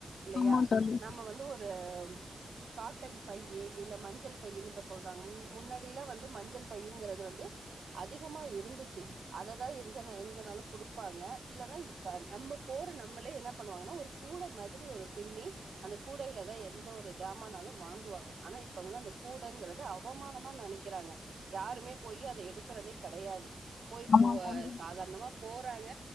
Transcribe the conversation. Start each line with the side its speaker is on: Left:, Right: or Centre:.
Right: இல்லையா
Left: ஆமா தோழி
Right: நம்ம வந்து ஒரு காட்டன் பையே இல்ல மஞ்சள் பையன்னு இப்ப சொல்றாங் முன்னாடியிலா வந்து மஞ்சள் பையங்கிறது வந்து அதிகமா இருந்துச்சு அததா எங்க எங்கனாலு குடுப்பாங்க இல்ன்னா நம்ம போற நம்மளே என்ன பண்ணுவாங்கன்னா ஒரு கூடை மாரி ஒரு பின்னி அந்த கூடைையிலதா எந்த ஒரு ஜமானாலு வாங்குவாங்க ஆனா இப்பங்க அந்த கூடங்கறிறது அவமானமா நெனைக்கிறாங்க யாருமே போய் அதை எ எடுக்கிறதே கெடையாது போய்
Left: ஆமா
Right: போ சாதாரணமா போறாங்க